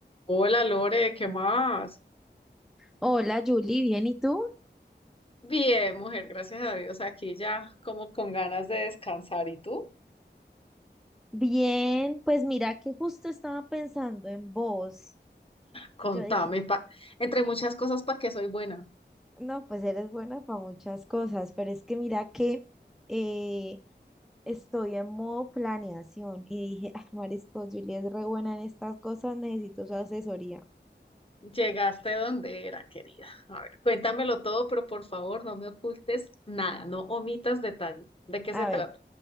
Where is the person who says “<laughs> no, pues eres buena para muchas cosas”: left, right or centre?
Centre